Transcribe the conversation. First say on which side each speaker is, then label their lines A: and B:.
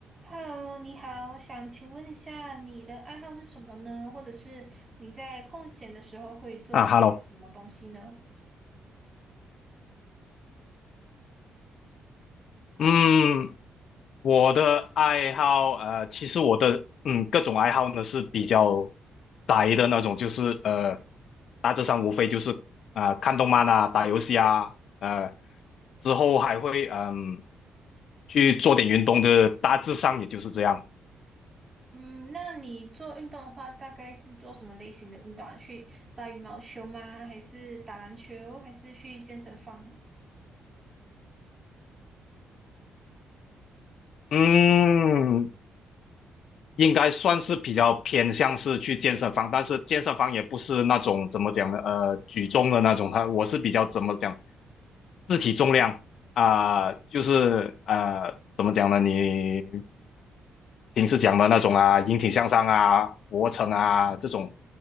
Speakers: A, on the right; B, on the left.
A: Hello，你好，想请问一下你的爱好是什么呢？或者是你在空闲的时候会做一些什么东西呢？
B: 啊，Hello，嗯，我的爱好，呃，其实我的嗯各种爱好呢是比较宅的那种，就是呃，大致上无非就是啊、呃、看动漫啊、打游戏啊，呃，之后还会嗯、去做点运动，就是大致上也就是这样。
A: 嗯，那你做运动的话，大概是做什么类型的运动啊？去打羽毛球吗？还是打篮球？还是去健身房？
B: 嗯，应该算是比较偏向是去健身房，但是健身房也不是那种怎么讲呢，呃，举重的那种，它我是比较怎么讲，自体重量啊、就是呃，怎么讲呢，你平时讲的那种啊，引体向上啊，俯卧撑啊这种，